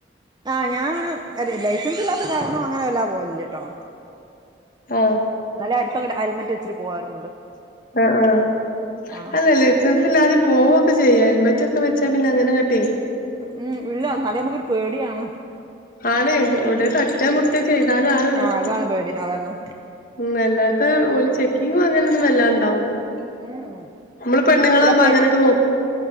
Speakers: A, on the right (about 20°); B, on the left (about 50°).
A: ആഹ് ഞാൻ ലൈസൻസ് ഇല്ലാത്ത കാരണോ അങ്ങനെ വല്ലാതെ പോവലില്ലാട്ടോ
B: ആഹ്
A: നല്ല അടുത്തെ ഹെൽമറ്റ് വെച്ചി പോവാറുണ്ട്
B: ആഹ് ആഹ്
A: ആഹ്
B: അല്ലല്ലേ ബസ്സ് പോകൊക്കെ ചെയ്യാം ഹെൽമറ്റ് ഒക്കെ വെച്ചാ പിന്നെ അങ്ങനെങ്ങട്ടെ
A: ഉം ഇല്ല എന്നാലും നമുക്കൊരു പേടിയാണ്
B: ആണ് ഇവിടെ തട്ടെ മുട്ടെ ചെയ്താലാണ് പ്രശ്നം
A: ആഹ് അതാണ് പേടി അതന്നെ
B: ഉം അല്ലാത്ത ഓല് ചെക്കിങ്ങും അങ്ങനെയൊന്നും വല്ലാതെ ഇണ്ടാവൂല
A: ഉം
B: നമ്മള് പെണ്ണുങ്ങളാകുമ്പോ
A: പിന്നെ
B: അങ്ങനങ്ങട് പോകും